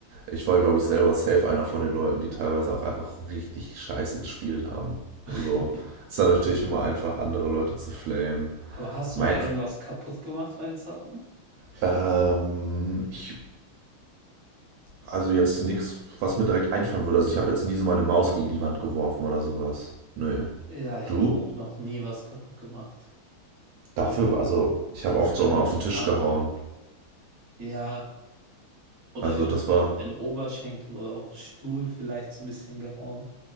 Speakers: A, on the right (about 80°); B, on the right (about 50°).
A: ich war, glaube ich, selber safe einer von den Leuten, die teilweise auch einfach richtig scheiße gespielt haben.
B: <laughs>
A: So, es ist dann natürlich immer einfach, andere Leute zu flamen.
B: Aber hast
A: Minecraft,
B: du mal irgendwas kaputt gemacht beim Zocken?
A: ähm, ich, also jetzt nichts, was mir direkt einfallen würde. Also ich habe jetzt nie so meine Maus gegen die Wand geworfen oder sowas. Nö.
B: Ja, ich
A: Du?
B: habe auch noch nie was kaputt gemacht.
A: Dafür,
B: Das,
A: also, ich habe
B: das
A: oft so
B: wäre
A: mal
B: mir jetzt
A: auf den
B: schade.
A: Tisch gehauen.
B: Ja, oder
A: Also,
B: irgendwie
A: das
B: so
A: war.
B: auf den
A: <laughs>
B: Oberschenkel oder auf den Stuhl vielleicht so ein bisschen gehauen.